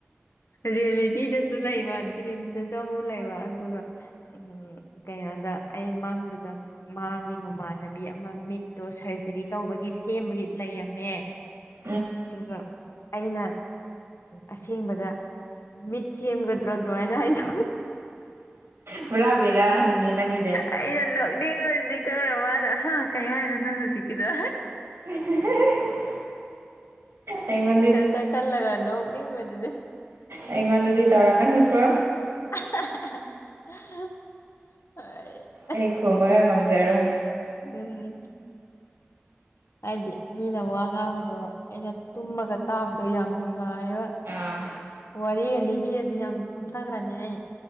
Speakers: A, on the left; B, on the right.
A: ꯔꯌꯦꯂꯤꯇꯤꯗ ꯁꯨ ꯂꯩꯕ ꯗ꯭ꯔꯤꯝꯗ ꯆꯃꯨ ꯂꯩꯕ ꯑꯗꯨꯒ ꯎꯝ ꯀꯩꯅꯣꯗ ꯑꯩꯃꯪꯗꯨꯗ ꯃꯥꯒꯤ ꯃꯃꯥꯟꯅꯕꯤ ꯑꯃ ꯃꯤꯠꯇꯣ ꯁꯔꯖꯔꯤ ꯇꯧꯕꯒꯤ ꯁꯦꯝꯕꯒꯤ ꯂꯩꯔꯝꯃꯦ
B: <unintelligible>
A: ꯑꯗꯨꯒ ꯑꯩꯅ ꯑꯁꯦꯡꯕꯗ ꯃꯤꯠꯁ ꯁꯦꯝꯦꯝꯒꯗ꯭ꯔꯣ ꯑꯗꯨꯃꯥꯏꯅ ꯍꯥꯏꯅ
B: ꯄꯨꯔꯥꯕꯕꯤꯔꯅꯤꯅꯦ ꯅꯪꯗ
A: ꯑꯩꯅ ꯅꯛꯅꯤꯡ ꯍꯧꯖꯤꯛ ꯀꯧꯔꯕꯅ ꯀꯩ ꯍꯥꯏꯅꯣ ꯅꯪ ꯍꯧꯖꯤꯛꯀꯤꯗꯣ
B: <unintelligible> ꯑꯩꯉꯣꯟꯗꯤ
A: ꯏꯊꯟꯇ ꯀꯜꯂꯒꯅꯨ ꯅꯤꯡꯕꯗꯨꯗꯤ
B: ꯑꯩꯉꯣꯟꯗꯗꯤ ꯇꯧꯔꯛꯀꯅꯨꯀꯣ
A: <unintelligible> <unintelligible> ꯍ <unintelligible>
B: ꯑꯩ ꯈꯨꯝꯕꯒ ꯉꯝꯖꯔꯣꯏ
A: ꯎꯝ ꯍꯥꯏꯗꯤ ꯃꯤꯅ ꯋꯥ ꯉꯥꯡꯕꯗꯣ ꯑꯩꯅ ꯇꯨꯝꯃꯒ ꯇꯥꯕꯗꯣ ꯌꯥꯝ ꯅꯨꯡꯉꯥꯏꯔꯣꯏ
B: ꯑꯥ
A: ꯋꯥꯔꯤꯒ ꯂꯤꯕꯤꯔꯗꯤ ꯌꯥꯝ ꯇꯨꯝꯊꯈ꯭ꯔꯅꯤ ꯑꯩ